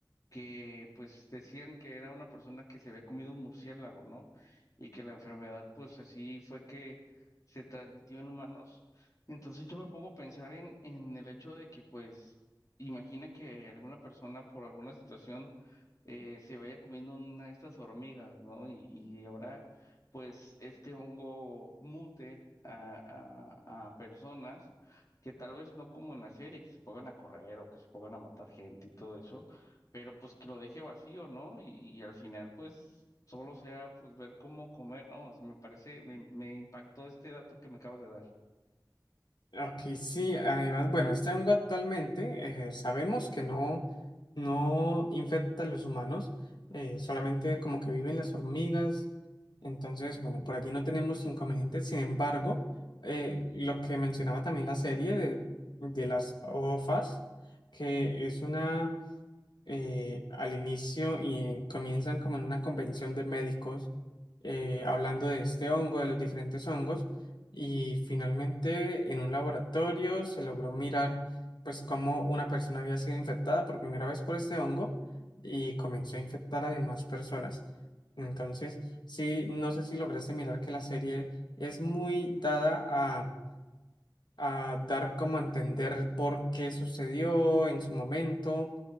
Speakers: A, on the left; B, on the left.
A: que pues decían que era una persona que se había comido un murciélago, ¿no? Y que la enfermedad pues así fue que se transmitió en humanos. Entonces yo me pongo a pensar en, en el hecho de que pues imagina que alguna persona por alguna situación eh, se vaya comiendo una de estas hormigas, ¿no? Y, y ahora pues este hongo mute a, a- a personas que tal vez no como en la serie, que se pongan a correr o que se pongan a matar gente y todo eso, pero pues que lo deje vacío, ¿no? Y, y al final pues solo sea pues ver cómo comer, no, me parece, me, me impactó este dato que me acabas de dar.
B: Ok, sí, además, bueno, este hongo actualmente eh, sabemos que no, no infecta a los humanos, eh, solamente como que viven las hormigas. Entonces, bueno, por allí no tenemos inconvenientes. Sin embargo, eh, lo que mencionaba también la serie de, de las OFAS, que es una eh, al inicio y comienzan como en una convención de médicos eh, hablando de este hongo, de los diferentes hongos, y finalmente en un laboratorio se logró mirar pues cómo una persona había sido infectada por primera vez por este hongo y comenzó a infectar a demás personas. Entonces, sí, no sé si lograste mirar que la serie es muy dada a, a dar como a entender por qué sucedió en su momento